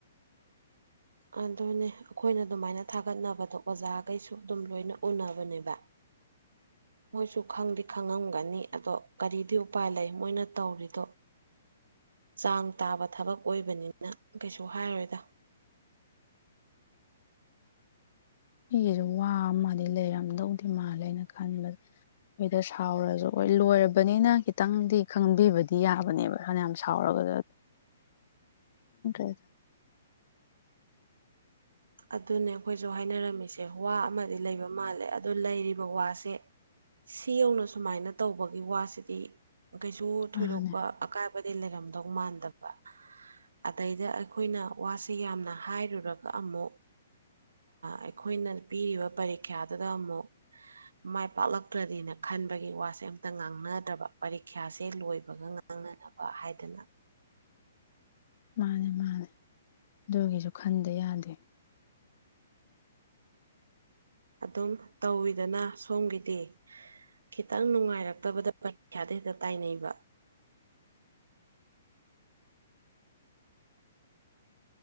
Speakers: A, on the right; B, on the left.
A: ꯑꯗꯨꯅꯦ ꯑꯩꯈꯣꯏꯅ ꯑꯗꯨꯃꯥꯏꯅ ꯊꯥꯒꯠꯅꯕꯗꯣ ꯑꯣꯖꯥꯈꯩꯁꯨ ꯑꯗꯨꯝ ꯂꯣꯏꯅ ꯎꯅꯕꯅꯦꯕ
B: <unintelligible>
A: ꯃꯣꯏꯁꯨ ꯈꯪꯗꯤ ꯈꯪꯉꯝꯒꯅꯤ ꯑꯗꯣ ꯀꯔꯤꯗꯤ ꯎꯄꯥꯏ ꯂꯩ ꯃꯣꯏꯅ ꯇꯧꯔꯤꯗꯣ ꯆꯥꯡ ꯇꯥꯕ ꯊꯕꯛ ꯑꯣꯏꯕꯅꯤꯅ ꯀꯩꯁꯨ ꯍꯥꯏꯔꯣꯏꯗ
B: ꯑꯩꯒꯤꯁꯨ ꯋꯥ ꯑꯃꯗꯤ ꯂꯩꯔꯝꯗꯧꯗꯤ ꯃꯥꯜꯂꯦꯅ ꯈꯟꯕꯗ ꯃꯈꯣꯏꯗ ꯁꯥꯎꯔꯁꯨ ꯍꯣꯏ ꯂꯣꯏꯔꯕꯅꯤꯅ ꯈꯤꯇꯪꯗꯤ ꯈꯪꯕꯤꯕꯗꯤ ꯌꯥꯕꯅꯦꯕ ꯐꯅꯌꯥꯝ ꯁꯥꯎꯔꯒ <unintelligible>
A: ꯑꯗꯨꯅꯦ ꯑꯩꯈꯣꯏꯁꯨ ꯍꯥꯏꯅꯔꯝꯃꯤꯁꯦ ꯋꯥ ꯑꯃꯗꯤ ꯂꯩꯕ ꯃꯥꯜꯂꯦ ꯑꯗꯨ ꯂꯩꯔꯤꯕ ꯋꯥꯁꯦ ꯁꯤ ꯌꯧꯅ ꯁꯨꯃꯥꯏꯅ ꯇꯧꯕꯒꯤ ꯋꯥꯁꯤꯗꯤ ꯀꯩꯁꯨ ꯊꯣꯏꯗꯣꯛꯄ
B: ꯃꯥꯅꯦ
A: ꯑꯀꯥꯏꯕꯗꯤ ꯂꯩꯔꯝꯗꯧ ꯃꯥꯟꯗꯕ ꯑꯗꯩꯗ ꯑꯩꯈꯣꯏꯅ ꯋꯥꯁꯤ ꯌꯥꯝꯅ ꯍꯥꯏꯔꯨꯔꯒ ꯑꯃꯨꯛ ꯑꯩꯈꯣꯏꯅ ꯄꯤꯔꯤꯕ ꯄꯔꯤꯈ꯭ꯌꯥꯗꯨꯗ ꯑꯃꯨꯛ ꯃꯥꯏ ꯄꯥꯛꯂꯛꯇ꯭ꯔꯗꯤꯅ ꯈꯟꯕꯒꯤ ꯋꯥꯁꯦ ꯑꯝꯇ ꯉꯥꯡꯅꯗ꯭ꯔꯕ ꯄꯔꯤꯈ꯭ꯌꯥꯁꯦ ꯂꯣꯏꯕꯒ ꯈꯪꯅꯅꯕ ꯍꯥꯏꯗꯅ
B: ꯃꯥꯅꯦ ꯃꯥꯅꯦ ꯑꯗꯨꯒꯤꯁꯨ ꯈꯟꯗ ꯌꯥꯗꯦ
A: ꯑꯗꯨꯝ ꯇꯧꯋꯤꯗꯅ ꯁꯣꯝꯒꯤꯗꯤ ꯈꯤꯇꯪ ꯅꯨꯡꯉꯥꯏꯔꯛꯇꯕꯗ ꯄꯔꯤꯈ꯭ꯌꯥꯗ ꯍꯦꯛꯇ ꯇꯥꯏꯅꯩꯕ
B: <unintelligible>